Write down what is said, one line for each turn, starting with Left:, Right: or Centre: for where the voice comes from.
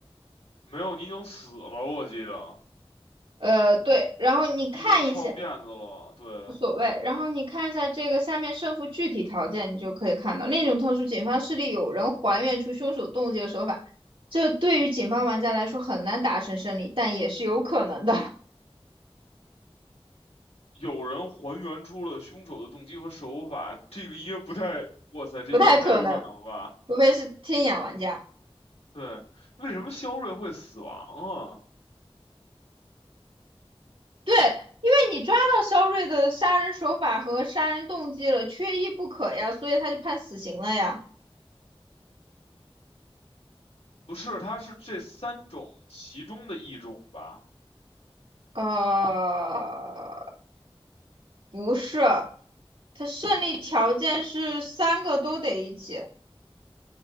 Left: 没有，你已经死了，我记得
Right: 呃，对，然后你看一下。
Left: 你已经翘辫子了。对，
Right: 无所谓。然后你看一下这个下面胜负具体条件，你就可以看到另一种特殊，警方势力有人还原出凶手动机的手法，这对于警方玩家来说很难达成胜利，但也是有可能的，
Left: 有人还原出了凶手的动机和手法，这个应该不太，哇塞，
Right: <laughs>
Left: 这应该不太有可能吧？
Right: 不太可能，除非是天眼玩家。
Left: 对，为什么肖瑞会死亡啊？
Right: 对，因为你抓到肖瑞的杀人手法和杀人动机了，缺一不可呀，所以他就判死刑了呀。
Left: 不是，他是这三种其中的一种吧？
Right: 呃，不是，他胜利条件是三个都得一起。